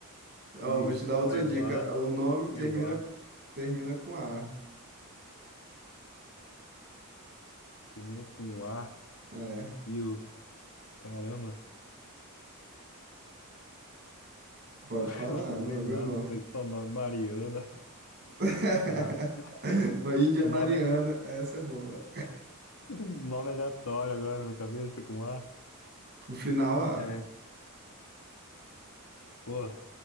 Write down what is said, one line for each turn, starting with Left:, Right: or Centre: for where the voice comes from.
Right: Ó,
Left: E,
Right: vou te dar outra
Left: Aiuá,
Right: dica. O nome termina,
Left: Iuá,
Right: termina com A.
Left: termina com A,
Right: É,
Left: Iu, caramba.
Right: pode
Left: <laughs>
Right: falar,
Left: Nossa, não
Right: não,
Left: vem
Right: alguns
Left: nada,
Right: não.
Left: mas só nome Mariana. <laughs>
Right: <laughs>
Left: Ah,
Right: A Índia
Left: uns nome,
Right: Mariana, essa é boa.
Left: uns nome aleatório agora na cabeça com A.
Right: O final A.
Left: É, pô,